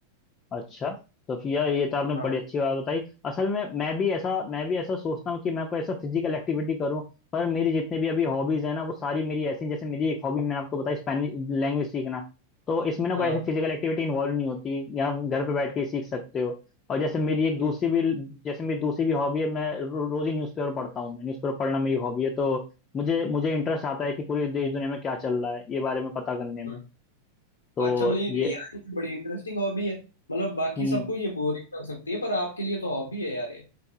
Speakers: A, on the left; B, on the left.
A: अच्छा तो फिर यार ये तो आपने
B: हाँ
A: बड़ी अच्छी बात बताई असल में मैं भी ऐसा मैं भी ऐसा सोचता हूँ कि मैं कोई ऐसा फिजिकल एक्टिविटी करूँ पर मेरी जितने भी अभी हॉबीज है ना वो सारी मेरी ऐसी हैं, जैसे मेरी एक हॉबी मैंने आपको बताई स्पेनिश लैंग्वेज सीखना तो इसमें ना
B: हाँ
A: कोई ऐसी फिजिकल एक्टिविटी इन्वॉल्व नहीं होती या आप घर पे बैठ के ही सीख सकते हो और जैसे मेरी एक
B: हम्म,
A: दूसरी भी जैसे मेरी दूसरी भी हॉबी है मैं रो, रोज ही न्यूज़पेपर पढ़ता हूँ मैं न्यूज़पेपर पढ़ना मेरी हॉबी है तो मुझे मुझे इंटरेस्ट आता है कि पूरे देश दुनिया में क्या चल रहा है ये बारे में पता करने में
B: हम्म।
A: तो
B: अच्छा मतलब ये-
A: ये
B: यार ये बड़ी इंटरेस्टिंग हॉबी है मतलब बाकी
A: हम्म
B: सबको ये बोरिंग लग सकती है पर आपके लिए तो हॉबी है यार ये